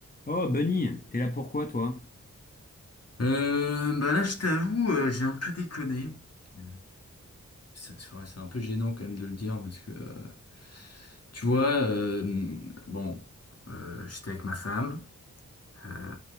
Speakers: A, on the left; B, on the left.
A: Oh, Bunny, t'es là pourquoi, toi?
B: Euh, bah là, je t'avoue, euh, j'ai un peu déconné. Euh, ça- C'est vrai, c'est un peu gênant quand même de le dire parce que, euh, tu vois, euh, bon, euh, j'étais avec ma femme euh,